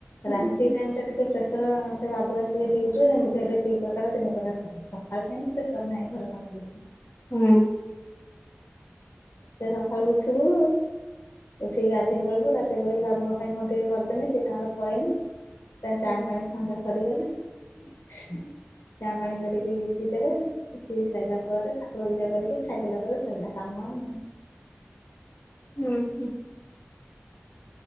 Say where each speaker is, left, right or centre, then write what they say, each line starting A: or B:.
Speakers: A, on the left; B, on the left.
A: ହୁଁ
B: ରାତି ଟାଇମ ଟିକେ ପ୍ରେସର ସେ ବାବୁ ଆସିବେ ଡି୍ୟୁଟିରୁ ଯେମତି ହେଲେ ଦୁଇ ପ୍ରକାର ତିନି ପ୍ରକାର ହେବ। ସକାଳ ଟାଇମ ଫ୍ରେସର ନାହିଁ ଘର କାମ କିଛି।
A: ହୁଁ।
B: ସେ ସକାଳୁ ଉଠିବୁ ଉଠିକି ଗାଧେଇ ପଲେଇବୁ ଗାଧୋଇ ପଳେଇ ବାବୁଙ୍କ ପାଇଁ କଣ୍ ଟିକେ କରିଦେନେ ସିଏ ତାଙ୍କର ପଳେଇବେ। ତା ଚା
A: ହୁଁ
B: ପାଣି ଧନ୍ଧା ସରିଗଲେ ଚା ପାଣି କରିକି ପିଇଦେବେ। ପିଇ ସାରିଲା ପରେ ଠାକୁର ପୂଜା କରିକି ଖାଇଦେଲା ପରେ ଶୋଇଲା କାମ ଆଉ ନାହିଁ।
A: ଉ ହୁଁ।